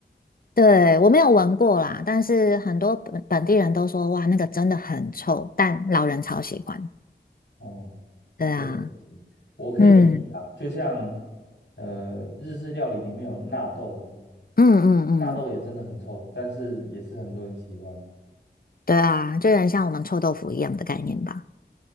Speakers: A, on the left; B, on the left.
A: <laughs> 对，我没有闻过啦，但是很多本本地人都说，哇，那个真的很臭，但老人超喜欢。
B: 哦，
A: 对啊，
B: 真神奇，我可以理解啊。
A: 嗯
B: 就像呃，日式料理里面有纳豆，
A: 嗯嗯嗯，
B: 纳豆也真的很臭，但是也是很多人喜欢。
A: 对啊，就有点像我们臭豆腐一样的概念吧。